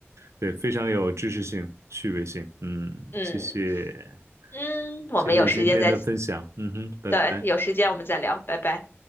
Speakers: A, on the right; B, on the left.
A: 对，非常有知识性、趣味性。嗯，
B: 嗯
A: 谢谢，
B: 嗯，我们有时间再，
A: 谢谢今天的分享。嗯哼，拜拜。
B: 对，有时间我们再聊，拜拜。